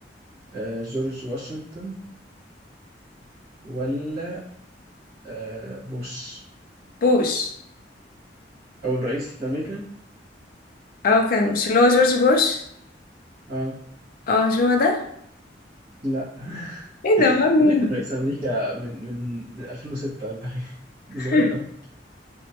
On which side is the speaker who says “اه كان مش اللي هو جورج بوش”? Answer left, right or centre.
Left